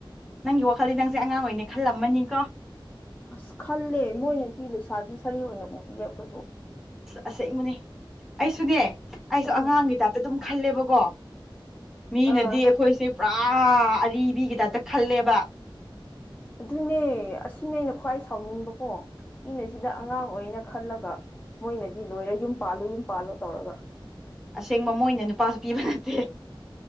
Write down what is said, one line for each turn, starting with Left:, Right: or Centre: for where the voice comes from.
Centre: ꯅꯪꯒꯤ ꯋꯥꯈꯜꯗꯤ ꯅꯪꯁꯦ ꯑꯉꯥꯡ ꯑꯣꯏ ꯑꯣꯏꯅ ꯈꯜꯂꯝꯃꯅꯤ
Left: ꯑꯁ ꯈꯜꯂꯦ ꯃꯣꯏꯅꯗꯤ ꯂꯩꯁꯥꯕꯤ ꯁꯥꯔꯤ ꯑꯣꯏꯅ ꯎꯕꯤꯌꯦ ꯑꯩꯈꯣꯏꯕꯨ
Centre: ꯑꯁꯦ ꯃꯅꯤ ꯑꯩꯁꯨꯅꯦ ꯑꯩꯁꯨ
Left: ꯑꯗꯨ
Centre: ꯑꯉꯥꯡꯒꯤꯇꯥꯥꯛꯇ ꯑꯗꯨꯝ ꯈꯜꯂꯦꯕꯀꯣ ꯃꯤꯅꯗꯤ
Left: ꯑꯥ
Centre: ꯑꯩꯈꯣꯏꯁꯦ ꯄꯨꯔꯥ ꯑꯔꯤꯕꯤꯒꯤ ꯇꯥꯏꯞꯇ ꯈꯜꯂꯦꯕ
Left: ꯑꯗꯨꯅꯦ ꯑꯁꯤꯅꯦ ꯑꯩꯅ ꯈ꯭ꯋꯥꯏ ꯁꯥꯎꯅꯤꯡꯕꯀꯣ ꯃꯤꯅ ꯁꯤꯗ ꯑꯉꯥꯡ ꯑꯣꯏ ꯑꯣꯏꯅ ꯈꯜꯂꯒ ꯃꯣꯏꯅꯗꯤ ꯂꯣꯏꯔꯦ ꯌꯨꯝ ꯄꯥꯜꯂꯣ ꯌꯨꯝ ꯄꯥꯜꯂꯣ ꯇꯧꯔꯒ
Centre: ꯑꯁꯦꯡꯕ ꯃꯣꯏꯅ ꯅꯨꯄꯥꯁꯨ ꯄꯤꯕ ꯅꯠꯇꯦ